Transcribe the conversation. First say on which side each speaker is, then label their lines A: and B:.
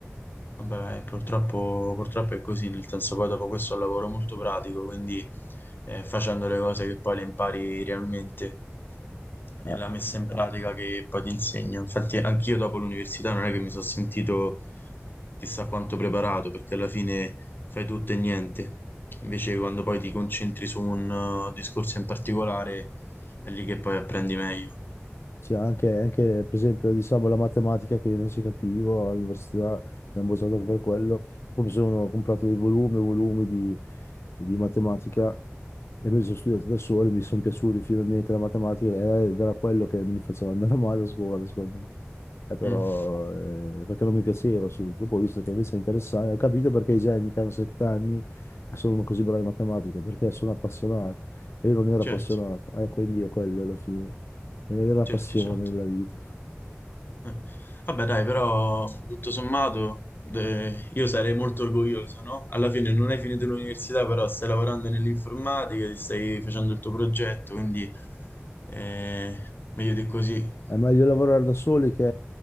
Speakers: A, on the left; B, on the left.
A: Vabbè, purtroppo, purtroppo è così, nel senso poi dopo questo è un lavoro molto pratico, quindi eh, facendo le cose che poi le impari realmente. È
B: Eh,
A: la messa in pratica che poi ti insegna. Infatti, anch'io dopo l'università non è che mi sono sentito chissà quanto preparato, perché alla fine fai tutto e niente. Invece, quando poi ti concentri su un uh, discorso in particolare, è lì che poi apprendi meglio.
B: sì, anche, anche, per esempio diciamo la matematica che io non si capivo all'università, mi hanno bocciato anche per quello, poi mi sono comprato dei volumi, e volumi di, di matematica e me li sono studiati da solo, mi sono piaciuti finalmente la matematica ed era quello che mi faceva andare <laughs> male a scuola, secondo me. Eh, però,
A: Mm,
B: eh, perché non mi piaceva subito. Dopo ho visto che invece è interessante, ho capito perché i geni che hanno sette anni sono così bravi in matematica, perché sono appassionati. E io non ero
A: certo,
B: appassionato, eh, quindi è quello alla fine. Non avere la
A: certo,
B: passione
A: certo.
B: nella vita.
A: Eh. Vabbè, dai, però tutto sommato de- io sarei molto orgoglioso, no? Alla fine non hai finito l'università, però stai lavorando nell'informatica, ti stai facendo il tuo progetto, quindi eh, meglio di così.
B: È meglio lavorare da soli che